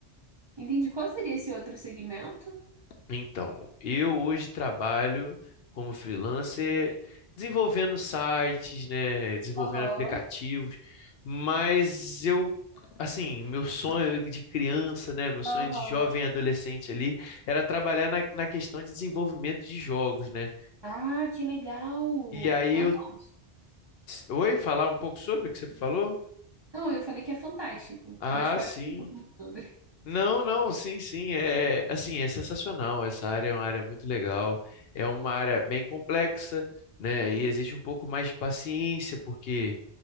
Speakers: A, on the right; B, on the left.
A: Entendi. Qual seria esse outro segmento?
B: Então, eu hoje trabalho como freelancer desenvolvendo sites, né, desenvolvendo
A: Aham.
B: aplicativos, mas eu, assim, meu sonho de criança, né, meu sonho
A: Aham.
B: de jovem adolescente ali era trabalhar na, na questão de desenvolvimento de jogos, né?
A: Ah, que legal.
B: E aí
A: Fantástico.
B: eu, oi, falar um pouco sobre o que você falou?
A: Não, eu falei que é fantástico,
B: Ah,
A: mas pode
B: sim.
A: falar um pouco sobre.
B: Não, não, sim, sim, é assim, é sensacional. Essa área é uma área muito legal, é uma área bem complexa, né? E exige um pouco mais de paciência, porque,